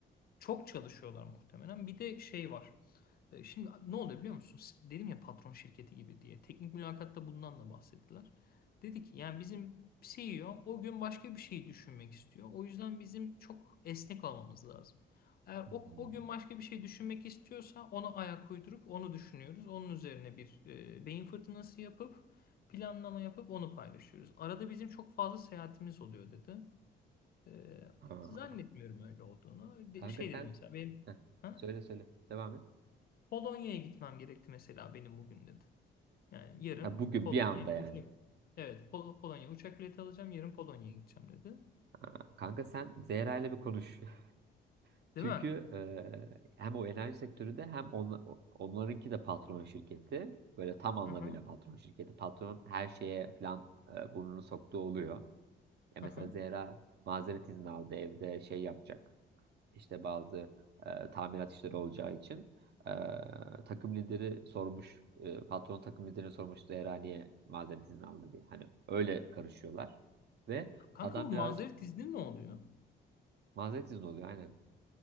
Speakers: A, on the left (about 50°); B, on the right (about 55°).
A: Çok çalışıyorlar muhtemelen. Bir de şey var. E, Şimdi ne oluyor biliyor musun? Dedim ya patron şirketi gibi diye. Teknik mülakatta bundan da bahsettiler. Dedi ki yani bizim CEO o o gün başka bir şey düşünmek istiyor. O yüzden bizim çok esnek olmamız lazım. Eğer
B: Hmm.
A: o, o gün başka bir şey düşünmek istiyorsa ona ayak uydurup onu düşünüyoruz. Onun üzerine bir e, beyin fırtınası yapıp planlama yapıp onu paylaşıyoruz. Arada bizim çok fazla seyahatimiz oluyor dedi. Ee,
B: Ha.
A: zannetmiyorum öyle olduğunu. De-
B: Kanka
A: Şey
B: sen
A: dedi mesela benim
B: Heh,
A: ha?
B: söyle söyle. Devam et.
A: Polonya'ya gitmem gerekti mesela benim bugün dedi. Yani yarın
B: Ha, bugün
A: Polonya
B: bir anda yani.
A: uçak evet Pol- Polonya uçak bileti alacağım yarın Polonya'ya gideceğim dedi.
B: Ha, kanka sen Zehra ile bir konuş. <laughs>
A: Değil
B: Çünkü
A: mi?
B: e, hem o enerji sektöründe hem onla- onlarınki de patron şirketi. Böyle tam anlamıyla
A: Aha,
B: patron şirketi. Patron her şeye falan e, burnunu soktuğu oluyor. Ya mesela
A: aha.
B: Zehra mazeret izni aldı evde şey yapacak. İşte bazı e, tamirat işleri olacağı için e, takım lideri sormuş. e, patron takım lideri sormuş Zehra niye mazeret izni aldı diye. Hani öyle karışıyorlar. Ve
A: Kanka
B: adam
A: bu mazeret
B: biraz
A: izni ne oluyor?
B: mazeret izni oluyor aynen.